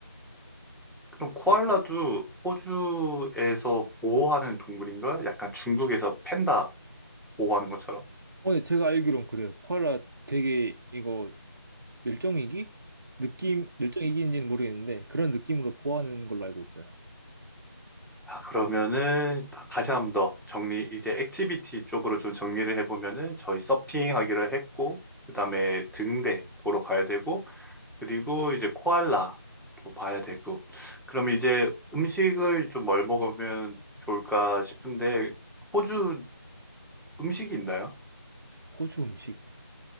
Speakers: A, in the centre; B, on the right.
A: 그럼 코알라도 호주에서 보호하는 동물인가? 약간 중국에서 팬다 보호하는 것처럼.
B: 어, 네, 제가 알기론 그래요. 코알라 되게 이거 멸종위기? 느낌, 멸종위기인지는 모르겠는데 그런 느낌으로 보호하는 걸로 알고 있어요.
A: 아, 그러면은 다- 다시 한 번 더 정리, 이제 액티비티 쪽으로 좀 정리를 해보면은 저희 서핑 하기로 했고, 그 다음에 등대 보러 가야 되고, 그리고 이제 코알라 도 봐야 되고, 그럼 이제 음식을 좀 뭘 먹으면 좋을까 싶은데, 호주 음식이 있나요?
B: 호주 음식.